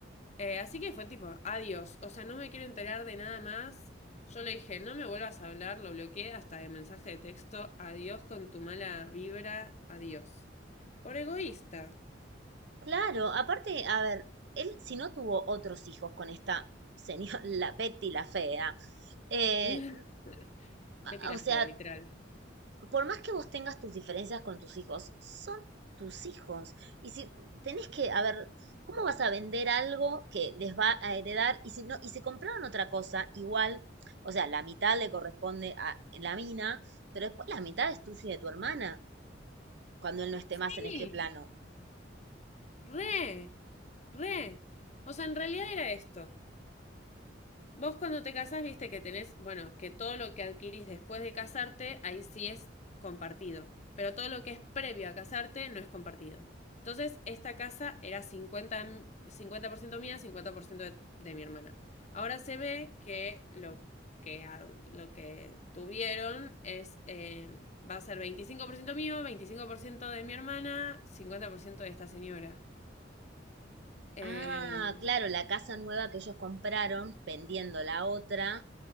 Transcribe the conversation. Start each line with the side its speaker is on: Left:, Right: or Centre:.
Left: Eh, así que fue tipo, adiós, o sea, no me quiero enterar de nada más. Yo le dije, no me vuelvas a hablar, lo bloqueé hasta el mensaje de texto, adiós con tu mala vibra, adiós. Por egoísta.
Right: Claro, aparte, a ver, él si no tuvo otros hijos con esta señora, <laughs> la Betty la fea, eh,
Left: <laughs> Betty
Right: a-
Left: la
Right: o sea,
Left: fea, literal.
Right: por más que vos tengas tus diferencias con tus hijos, son tus hijos. Y si tenés que, a ver, ¿cómo vas a vender algo que les va a heredar? Y si no, y si compraron otra cosa, igual, o sea, la mitad le corresponde a la mina, pero después la mitad es tuya y de tu hermana, cuando él no esté
Left: Sí,
Right: más en este plano.
Left: re, re. O sea, en realidad era esto. Vos cuando te casás, viste que tenés, bueno, que todo lo que adquirís después de casarte, ahí sí es compartido. Pero todo lo que es previo a casarte no es compartido. Entonces, esta casa era cincuenta m- 50% mía, 50% de, de mi hermana. Ahora se ve que lo que, a- lo que tuvieron es, eh, va a ser 25% mío, 25% de mi hermana, 50% de esta señora. Eh,
Right: Ah, claro, la casa nueva que ellos compraron vendiendo la otra,